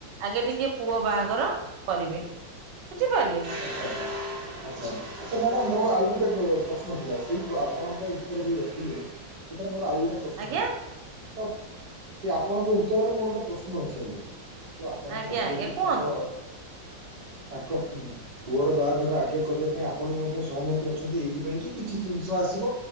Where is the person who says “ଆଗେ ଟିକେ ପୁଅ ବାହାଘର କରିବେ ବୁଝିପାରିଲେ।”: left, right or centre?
Right